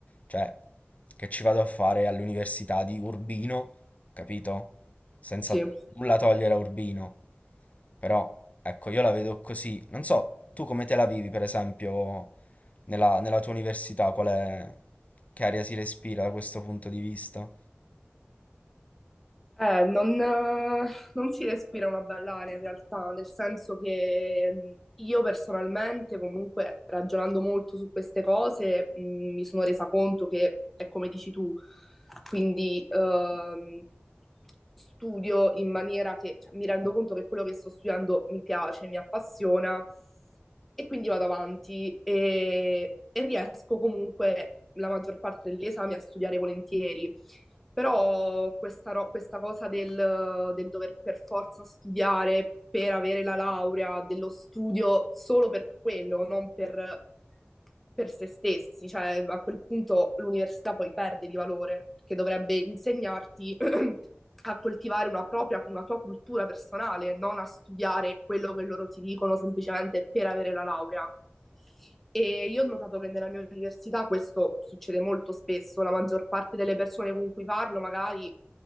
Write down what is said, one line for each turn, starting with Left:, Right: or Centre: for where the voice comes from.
Left: cioè che ci vado a fare all'università di Urbino, capito? Senza
Centre: sì.
Left: nulla togliere a Urbino, però ecco, io la vedo così. Non so, tu come te la vivi, per esempio, nella, nella tua università, qual è, che aria si respira da questo punto di vista?
Centre: Eh, non, eh, non si respira una bella aria in realtà, nel senso che mh, io personalmente, comunque, ragionando molto su queste cose, mh, mi sono resa conto che è come dici tu, quindi ehm, studio in maniera che cioè, mi rendo conto che quello che sto studiando mi piace, mi appassiona e quindi vado avanti e, e riesco comunque la maggior parte degli esami a studiare volentieri. Però questa, ro- questa cosa del, del dover per forza studiare per avere la laurea, dello studio solo per quello, non per per se stessi, cioè a quel punto l'università poi perde di valore, perché dovrebbe insegnarti <clears throat> a coltivare una propria, una tua cultura personale, non a studiare quello che loro ti dicono semplicemente per avere la laurea. E io ho notato che nella mia università questo succede molto spesso, la maggior parte delle persone con cui parlo, magari